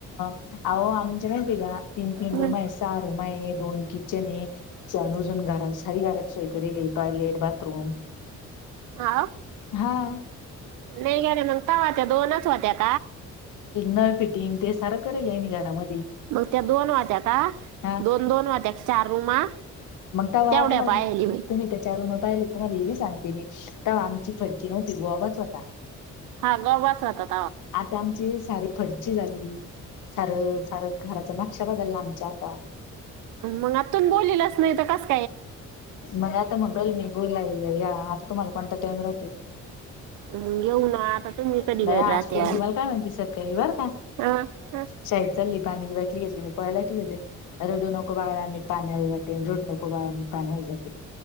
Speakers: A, on the left (about 85°); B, on the right (about 80°).
A: <unintelligible> अहो आमच्या नाही तिघा तीन तीन
B: हम्म.
A: रूम आहे सहा रूम आहे दोन किचन आहे सनू. अजून घ सारी गर सोय कर टॉयलेट, बाथरूम.
B: हा
A: हा
B: नाही गरे मग का वा त्या्या दो नथ वा त्या्या.
A: नळ फिटिंग ते सारा करेल म घरामध्ये.
B: मग त्या दोन वात्या का
A: हा
B: दोन दोन वात्या का चार रूमा.
A: मग का वा
B: तेवढ्या
A: तुम
B: पाहिली मी
A: तुम्ही त्याच्या रूम. डायरेक्ट म्हंटले मी सांगते मी तेव्हा आमची फर्ची नव्हती गोबाच होता.
B: हा गवाच रातात.
A: आता आमची सारी खड. झाली सार सार घराच्या माशा बदलला आमच्या आता.
B: मग आतून बोललंच नाही तरस.
A: मला आता म्हग मी बुोल लाल या आता तुम्हाला कोणता टाइम राहतो.
B: मग येऊ ना आता तुम्ही
A: <inaudible>
B: कधी
A: बाया
B: घरी राहत्या
A: आज पोर घी मला काय म्हणती सगकाळी बर का.
B: अ
A: शैचालय. पाण्याची बाटली घेतली मी पोलाेते रडू नको बाळा मी पाण्याला जाते रड नको बाळा. पाण्याल जाते